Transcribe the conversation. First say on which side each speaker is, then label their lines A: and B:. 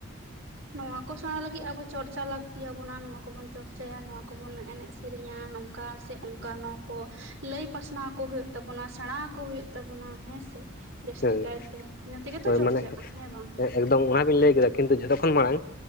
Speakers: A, on the right; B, on the left.
A: ᱱᱚᱶᱟ ᱠᱚ ᱥᱮᱬᱟ ᱞᱟᱹᱜᱤᱫ ᱟᱵᱚ ᱪᱚᱨᱪᱟ ᱞᱟᱹᱠᱛᱤᱭᱟᱵᱚᱱᱟ ᱱᱚᱶᱟ ᱠᱚᱵᱩᱱ ᱪᱚᱨᱪᱟᱭᱟ ᱱᱚᱶᱟ ᱠᱚᱵᱚᱱ ᱮᱱᱮᱡ ᱥᱮᱨᱮᱧᱟ ᱱᱚ ᱚᱠᱟ ᱥᱮ ᱚᱱᱠᱟ ᱱᱚᱣᱟ ᱠᱚ ᱞᱟᱹᱭ ᱯᱟᱥᱱᱟᱣ ᱠᱚ ᱦᱩᱭᱩᱜ ᱛᱟᱵᱚᱱᱟ ᱥᱮᱬᱟᱣ ᱟᱠᱚ ᱦᱩᱭᱩᱜ ᱛᱟᱵᱚᱱᱟ ᱦᱮᱸ ᱥᱮ ᱡᱟᱹᱥᱛᱤ
B: ᱦᱳᱭ
A: ᱠᱟᱭᱛᱮ ᱤᱱᱟᱹ ᱛᱮᱜᱮ ᱛᱚ
B: ᱦᱳᱭ
A: ᱪᱚᱨᱪᱟᱜᱼᱟ
B: ᱢᱟᱱᱮ
A: ᱦᱮᱸ ᱵᱟᱝ
B: ᱮᱠᱫᱚᱢ ᱚᱱᱟ ᱵᱤᱱ ᱞᱟᱹᱭ ᱠᱮᱫᱟ ᱠᱤᱱᱛᱩ ᱡᱷᱚᱛᱚ ᱠᱷᱚᱱ ᱢᱟᱲᱟᱝ